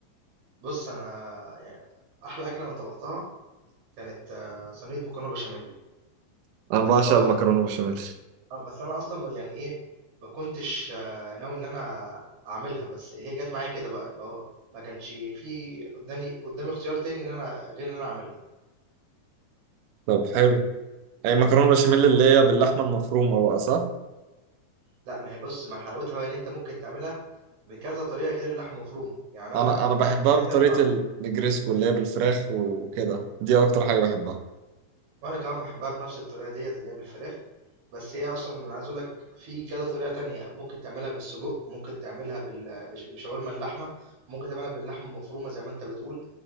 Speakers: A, on the right; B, on the right.
A: بُص، أنا يعني أحلى أكلة أنا طبختها كانت آه، صينية مكرونة بشاميل،
B: انا
A: بس
B: بعشق
A: هو
B: المكرونة بشاميل
A: آه، بس أنا أصلًا يعني إيه، ما كنتش آه، ناوي إن أنا أعملها، بس هي جات معايا كده بقى، اللي هو ما كانش في قدّاني قدّامي اختيار تاني إن أنا غير إن أنا أعملها.
B: طب حلو اي مكرونة بشاميل اللي هي باللحمة المفرومة بقى صح؟
A: لأ، ما هي بُص، ما حلاوتها بقى إن أنت ممكن تعملها بكذا طريقة غير اللحمة المفرومة، يعني أنا
B: انا انا بحبها
A: ساعتها
B: بطريقة
A: لمّا
B: النجريسكو اللي هي بالفراخ وكده دي اكتر حاجة بحبها
A: وانا كمان بحبها بنفس الطريقه ديت اللي هي بالفراخ بس هي اصلا انا عايز اقول لك في كذا طريقه تانية ممكن تعملها بالسجق ممكن تعملها بال- بش- بشاورما اللحمه ممكن تعملها باللحمه المفرومه زي ما انت بتقول